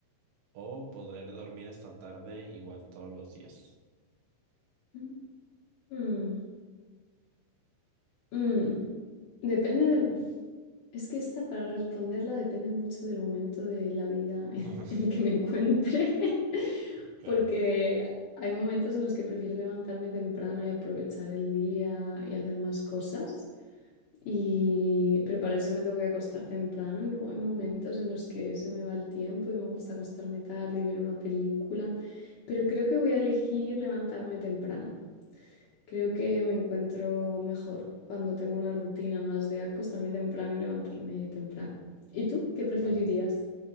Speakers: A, on the right; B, on the left.
A: o poder dormir hasta tarde igual todos los días?
B: ujú. Mm, mm. Depende del... Es que esta para responderla depende mucho del momento de la vida en,
A: <laughs>
B: <laughs> en el que me encuentre, <laughs>
A: Claro,
B: porque hay momentos en los que prefiero levantarme temprano y aprovechar el día y hacer más cosas, y... pero para eso me tengo que acostar temprano y luego hay momentos en los que se me va el tiempo y me gusta acostarme tarde y ver una película, pero creo que voy a elegir levantarme temprano. Creo que me encuentro mejor cuando tengo una rutina más de acostarme temprano y levantarme temprano. ¿Y tú qué preferirías?
A: claro.